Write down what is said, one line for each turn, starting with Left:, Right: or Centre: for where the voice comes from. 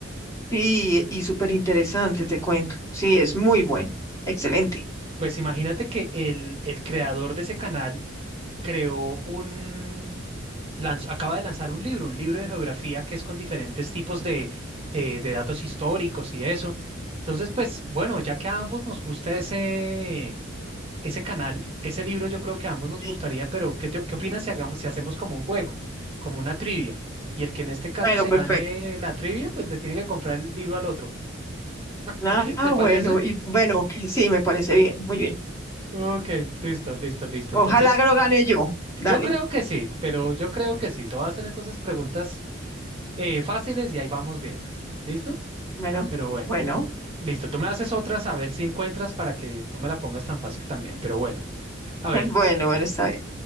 Left: Sí, y súper interesante, te cuento. Sí, es muy bueno. Excelente.
Right: Pues imagínate que el, el creador de ese canal creó un... lanz- acaba de lanzar un libro, un libro de geografía que es con diferentes tipos de, eh, de datos históricos y eso. Entonces, pues bueno, ya que a ambos nos gusta ese ese canal, ese libro, yo creo que a ambos nos
Left: Sí.
Right: gustaría, pero ¿qué, te- qué opinas si hagamos, si hacemos como un juego, como una trivia? Y el que en este caso
Left: Bueno,
Right: se
Left: perfecto.
Right: gane la trivia, pues le tiene que comprar el libro al otro.
Left: Ah,
Right: <laughs>
Left: ah,
Right: ¿Te parece?
Left: bueno, y bueno, <laughs> que sí, me parece bien, muy bien.
Right: Ok, listo, listo, listo.
Left: Ojalá
Right: Entonces,
Left: que lo gane yo.
Right: yo
Left: Dale.
Right: creo que sí, pero yo creo que sí. Te voy a hacer entonces preguntas eh, fáciles y ahí vamos viendo. ¿Listo?
Left: Bueno,
Right: Pero bueno,
Left: bueno,
Right: listo. Tú me haces otras a ver si encuentras para que no me la pongas tan fácil también. Pero bueno, a
Left: <laughs>
Right: ver,
Left: bueno, bueno, está bien.